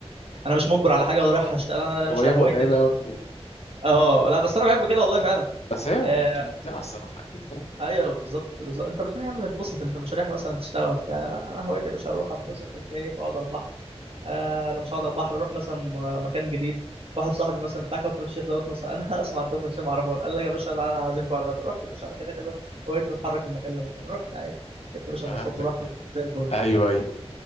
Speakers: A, on the right (about 60°); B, on the left (about 75°).
A: انا مش مجبر على حاجه ولا رايح اشتغل انا يا باشا
B: هو هي
A: هوايتي
B: متعبه
A: ان انا
B: أوي.
A: اسافر اه لا بس انا بحب كده والله فعلا
B: بس هي
A: آه.
B: ممتعه الصراحه اكيد طبعا
A: ايوه بالظبط بالظبط انت بتروح يا عم تتبسط انت مش رايح مثلا تشتغل ولا بتاع لا، انا هوايتي يا باشا اروح اتبسط اتكيف اقعد على البحر آه لو مش هقعد على البحر اروح مثلا م- مكان جديد واحد صاحبي مثلا بتاع كفر الشيخ دوت مثلا <laughs> انا اسمع عن كفر الشيخ ما اعرفه قال لك يا باشا تعالى اعزمكم على الغدا رحت يا باشا انا كده كده هوايتي اتحرك من مكان لمكان رحت عادي جبت يا باشا
B: فهمتك
A: مواصلات ورحت زي الفل
B: ايوه ايوه